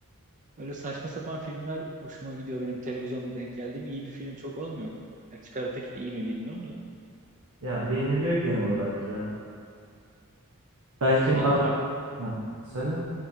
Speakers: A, on the right; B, on the right.
A: Öyle saçma sapan filmler hoşuma gidiyor benim televizyonda denk geldiğim. iyi bir film çok olmuyor. Ya Karate Kid iyi mi bilmiyorum da.
B: Ya beğeniliyor genel olarak ya. Belki
A: Ya benim
B: Marvel...
A: tar
B: Ha, söyle.